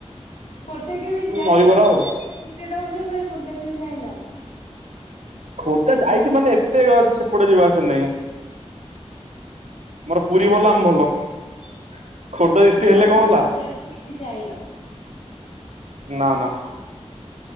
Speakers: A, on the left; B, on the right.
A: ଖୋର୍ଦ୍ଧା କେବେ ଯାଇନ?
B: ଦହିବରା ଆଉ
A: <inaudible> ରହୁଛ ପୁଣି ଖୋର୍ଦ୍ଧା କେବେ ଯାଇନ?
B: ଖୋର୍ଦ୍ଧା ଯାଇଛି ମାନେ ଏତେ ସେପଟେ ଯିବା ଆସେ ନାହିଁ। ମୋର ପୁରୀ ଭଲା ଆମ ଭଲ। ଖୋର୍ଦ୍ଧା ଡିଷ୍ଟ୍ରିକ୍
A: ମାନେ
B: ହେଲେ
A: ଖୋର୍ଦ୍ଧା
B: କଣ
A: ବଜାର
B: ହେଲା?
A: କେବେ ଯାଇନ?
B: ନା ନା।